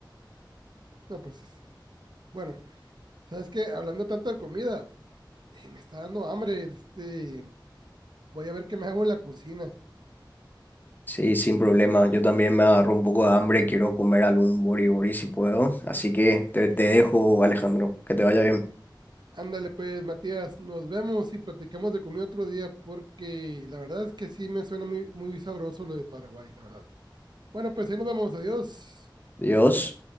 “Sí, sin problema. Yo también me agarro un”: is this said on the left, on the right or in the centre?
Left